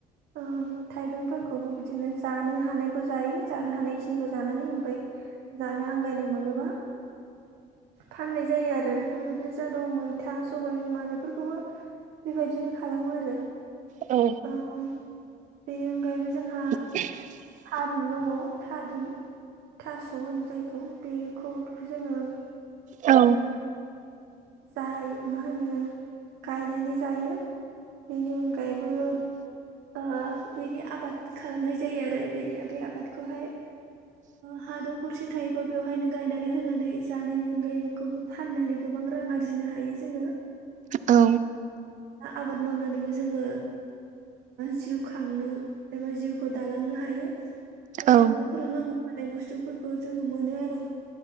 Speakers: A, on the right; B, on the right.
A: ओ थाइबेंफोरखौबो बिदि बिदिनो जानो हानायखौ जायो जानो हानायखिनिखौ जानानै ओमफ्राय जानो आंगायनाय मोनोबा फाननाय जायो आरो बेबायदिनो जा दं मैथा सबायबिमा बेफोरखौबो बेबायदिनो खालामो आरो
B: औ
A: बेनि अनगायैबो जोंहा
B: <inaudible>
A: थारुन दङ थारुन थास' होनो जायखौ बेखौ जोङो
B: औ
A: ओ जाय मा होनो गायनानै जायो बेनि अनगा बे ओमफ्रायबो <unintelligible> बेनि आबाद खालामनाय जायो आरो बेनि बे आबादखौहाय हा दखरसे थायोबा बेवहायनो गायनानै होनानै जानायनो ओं बेखौबो फाननानै गोबां रां आरजिनो हायो जोङो
B: औ
A: आबाद मावनानैबो जोङो जिउ खांनो एबा जिउखौ दालांनो हायो
B: औ
A: न'खराव नांगौ जानाय बुस्थुफोरखौ जोङो मोनो आरो